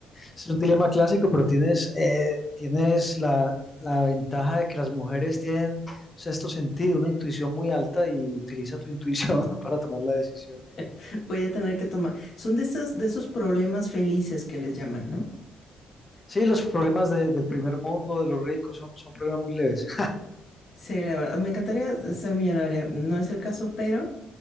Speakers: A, on the left (about 25°); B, on the left (about 55°).
A: Es un dilema clásico, pero tienes, eh, tienes la, la ventaja de que las mujeres tienen sexto sentido, una intuición muy alta y utiliza tu intuición <laughs> para tomar la decisión.
B: <laughs> Voy a tener que tomar. Son de esas, de esos problemas felices que les llaman, ¿no?
A: Sí, los problemas de- del primer mundo, de los ricos, son, son problemas muy leves.
B: Sí, la verdad, me encantaría ser millonaria, no es el caso, pero